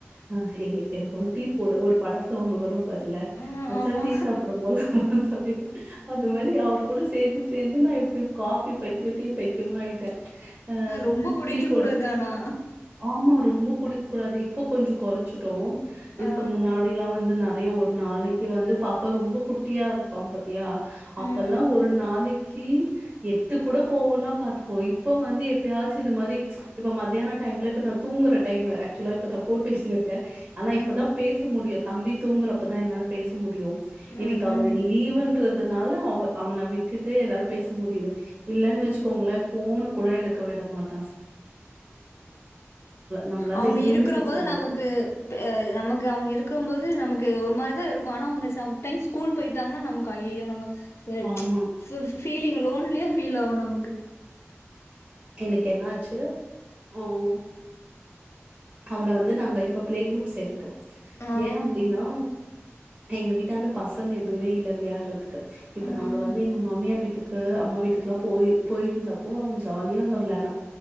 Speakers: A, on the right; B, on the left.
A: அ எ எ எனக்கு ஒரு டீ போடு ஒரு படத்துல ஒண்ணு வரும் பாரு ல
B: ஆ
A: மச்சா
B: ஆமா
A: டீ சாப்ட போலமான் சொல்லிட்டு அது மாரி அவர் கூட சேந்து சேந்து நா இப்படி காபி பைத்தியோ டீ பைத்தியமா ஆய் த ஆ
B: ரொம்ப குடிக்க
A: டீ போடு
B: கூடாது ஆனா
A: ஆமா ரொம்ப குடிக் கூடாது இப்போ கொஞ்சோ கொறைச்சுட்டோ இதுக்கு
B: ஆ
A: முன்னாடி எல்லா வந்து ந நெறைய ஒரு நாளைக்கு வந்து பாப்ப ரொம்ப குட்டியா இருப்பாம் பத்தியா அப்பெல்லா
B: ம்
A: ஒரு நாளை கீ எட்டு கூட போவுன்னா பாத்துக்கோ இப்ப வந்து எப்பயாச்சு இது மாரி இப்ப மத்தியான டைம்ல இப்ப நா தூங்குற டைமு ஆக்சுலா இப்ப த போன் பேசிட்ருக்கே ஆனா
B: ம்
A: இப்பதா பேச முடியு தம்பி தூங்குறப்பதா என்னால பேச முடியு
B: ம்
A: இன்னைக்
B: ம்
A: அவர் லீவுன்றது அதனால அவ அவன விட்டுட்டு ஏதா பேச முடியுது இல்லனு வச்சுக்கோங்ளே
B: ம்
A: போனு கூட எடுக்க விட மாட்டா நம்மளால
B: அவங்க
A: எதுவுமே
B: இருக்கிற
A: பேச
B: போது
A: முடியாது
B: நமக்கு நமக்கு அவங்க இருக்குபோது நமக்கு இது ஒருமாரிதா இருக்கு ஆனா அவங்க சம் டைம்ஸ் ஸ்கூல் போயிட்டாங்கனா நமக்கு ஐயயோ நம்ம ம்
A: ஆமா
B: ஃபீ ஃபீ ஃபீலிங் லோன் லியா ஃபீல் ஆகு நமக்கு
A: இன்னக்கு என்னாச்சு அஹ் அவன வந்து நாங்க இப்ப பிளே குரூப் சேர்த்து ட்டோ
B: ஆ
A: ஏ அப்டின்னா எங்க வீட்டாந்த பசங் க எதுமே இல்ல விளயாடுறதுக்கு இப்ப
B: ம்
A: நாங்க வந்து எங்க மாமியார் வீட் வீட்டுக்கு அம்மா வீட்டுக்லா போய் போயிருந்தப்போ அவ ஜாலியா அங்க விளையாட்னா